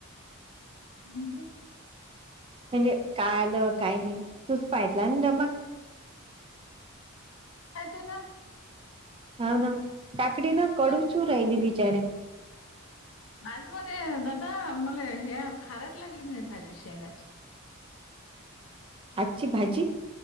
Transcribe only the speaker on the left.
म्हणजे?
काय झालं?
तिकडच
जेवण.
आज म्हणे दादा मला हे खारट लागली म्हणे, भाजी शेंगांची.